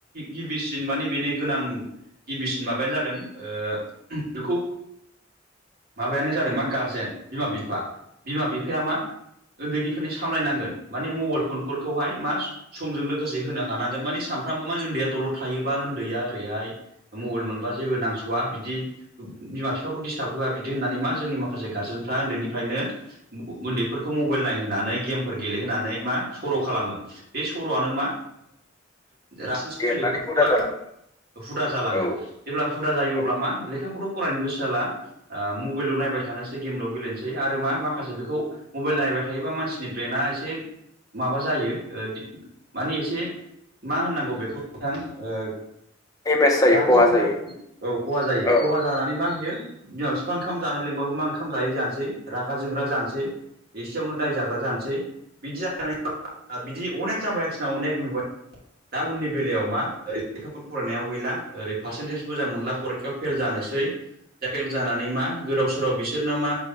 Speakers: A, on the right; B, on the left.
A: गिबिसिन माने बेनो गोनां गिबिसिन माबायानो जादों ओ बेखौ माबायानो जादों मा गारजेन बिमा बिफा बिमा बिफाया मा ओन्दैनिफ्रायनो सामलायनांगोन माने मबाइल फनफोरखौहाय मा समजों लोगोसे होनो हानांगोन माने सानफ्रामबो माने ओन्दैया दलर थायोबा ओन्दैया ओरैहाय मबाइल मोनबा जेबो नांस'वा बिदि बिमा बिफाखौ डिस्टार्ब होआ बिदि होननानै मा जोंनि माखासे गारजेनफ्रा ओन्दैनिफ्रायनो ओन्दैफोरखौ मबाइल नायहोनानै गेमफोर गेलेहोनानै मा सर' खालामो। बे सर'आनो मा रासिन
B: देरनानै
A: उन्दैफोर
B: हुदा
A: <unintelligible> मा
B: जालाङो
A: हुदा जालाङो।
B: औ
A: जेब्ला हुदा जायो
B: औ
A: अब्ला मा लेखाखौथ' फरायनो गोसो जाला ओ मबाइलाव नायबाय थानोसै गेमल' गेलेनोसै आरो मा माखासे बेखौ मबाइल नायबाय थायोबा मानसिनि ब्रेनाआ एसे माबा जायो दि ओ माने एसे मा होननांगौ बेखौ नोंथां ओ
B: देमेज जायो
A: रागा
B: खहा
A: औ
B: जायो।
A: खहा जायो
B: औ
A: खहा जानानै मा बियो बिमा बिफा ओंखाम जानो लेंबाबो मा ओंखाम जायै जानसै रागा जोंग्रा जानसै। एसेयावनो दाय जाग्रा जानसै बिदि जा <unintelligible> बिदि अनेक जाबाय आरोखिना अनेक नुबाय दा उननि बेलायाव मा ओरै लेखाफोर फरायनायाव गैला ओरै पारसेन्टेज मोजां मोनला फरिखायाव फेल जानोसै दा फेल जानानै मा गोदाव सोराव बिसोरनो मा